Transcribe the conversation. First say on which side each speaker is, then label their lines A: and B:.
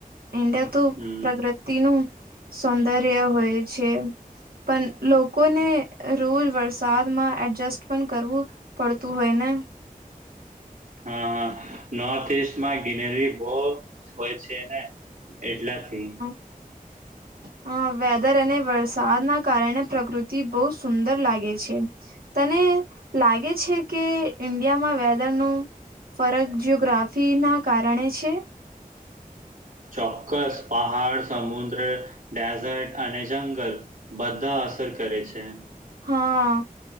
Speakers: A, on the right; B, on the right.
A: ઇન્ડ તો
B: હમ
A: પ્રકૃતિ નું સૌંદર્ય હોય છે. પણ લોકોને રોજ વરસાદમાં એડજસ્ટ પણ કરવું પડતું હોય ને
B: હા હા નોર્થ ઈસ્ટ માં ગિનેરીરી બહ હોય છે ને એટલાથી
A: <inaudible> અ વેધર અને વરસાદના કારણે પ્રકૃતિ બહુ સુંદર લાગે છે. તને લાગે છે કે ઈન્ડિયામાં વેધરનું ફરક જીયોગ્રાફી ના કારણે છે.
B: ચોક્કસ પહાડ, સમુદ્ર, ડેઝર્ટ અને જંગલ બધા અસર કરે છે.
A: હા